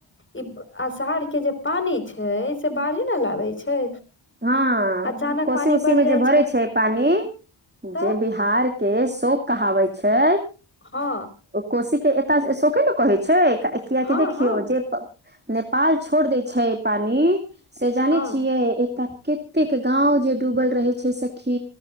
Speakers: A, on the left (about 25°); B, on the right (about 20°).
A: ई अषाढ़ के जे पानी छै से बाढ़े नऽ लाबै छै।
B: हँ
A: अचानक
B: कोसी
A: पानी
B: उसी
A: बढ़
B: मे जे
A: जाइ
B: भरे छै पानी
A: तऽ
B: जे बि हार केँ शोक कहावै छै
A: हँ
B: कोशी केँ एतऽ शके नऽ कहै छै। कियकि
A: हँ
B: देखियौ
A: हँ
B: जे नेपाल छोड़ देय छै पानी से जाने
A: हँ
B: छियै तऽ कतेक गाँव जे डूबल रहे छै सखी